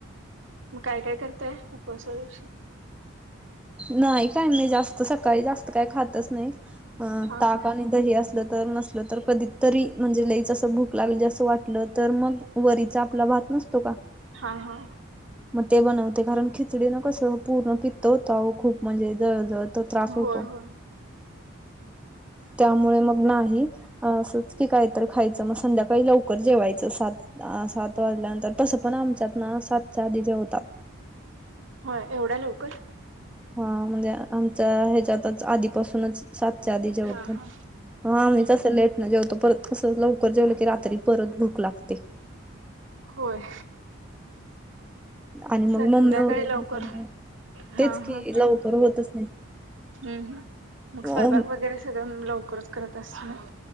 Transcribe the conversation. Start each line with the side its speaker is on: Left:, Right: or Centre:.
Right: म काय करताय उपवासा दिवशी?
Centre: नाही काही, नही जास्त सकाळी जास्त काही खातच नही, अ
Right: हा
Centre: ताक
Right: हा
Centre: आणि दही असलं तर, नसल तर, कधीत तरी, म्हणजे लईच असं भूक लागली, असं वाटलं तर, मग वरीचा, आपला भात नसतो का?
Right: हां हां.
Centre: म ते बनवते, कारण खिचडी न कस, पूर्ण पित्त होतं, आवो खूप, म्हणजे जळजळ तो त्रास होतो,
Right: होय होय
Centre: त्यामुळे मग नाही. असंच की, काय तर खायचं, मग संध्याकाळी लवकर जेवायचं, सात अ सात वाजल्यानंतर, तसं पण आमच्यात ना, सातच्या आधीच जेवतात.
Right: होय, एवढ्या लवकर?
Centre: हां, म्हणजे आमच्या ह्याच्यातच, आधीपासूनच सातच्या आधी जेवतात,
Right: हा हा
Centre: हां आम्ही
Right: हम्म
Centre: तसं लेट जेवतो, परत कसं लवकर जेवलं की, रात्री परत भूक लागते.
Right: होय.
Centre: आणि मग
Right: स-संध्याकाळी
Centre: मम्मी वगैरे
Right: लवकर, हां
Centre: तेच
Right: हां.
Centre: की लवकर होतच नाही.
Right: हम्, मग
Centre: अ
Right: स्वयंपाक वगैरे सगळं, लवकरच करत असशील?